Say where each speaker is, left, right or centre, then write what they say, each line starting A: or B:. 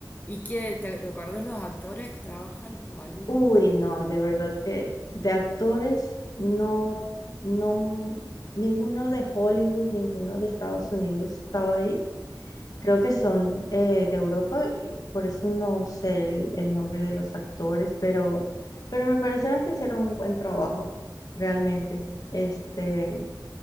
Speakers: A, on the left (about 25°); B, on the left (about 55°).
A: ¿y qué? ¿Te, te acordás los actores que trabajan? ¿O alguno?
B: Uy, no, de verdad que de actores no, no, ninguno de Hollywood, ninguno de Estados Unidos estaba ahí. Creo que son eh, de Europa, por eso no sé el, el nombre de los actores, pero, pero me parecieron que hicieron un buen trabajo, realmente. Este,